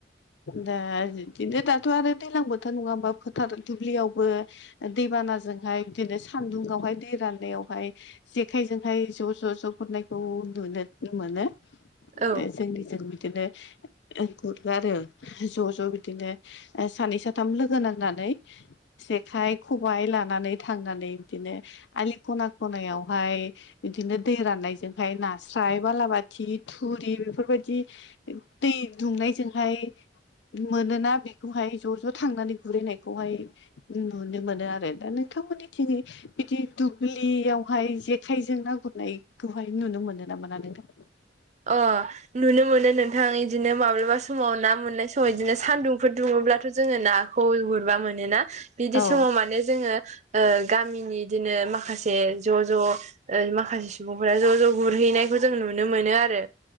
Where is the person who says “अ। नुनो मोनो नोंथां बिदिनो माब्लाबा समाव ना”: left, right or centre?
Right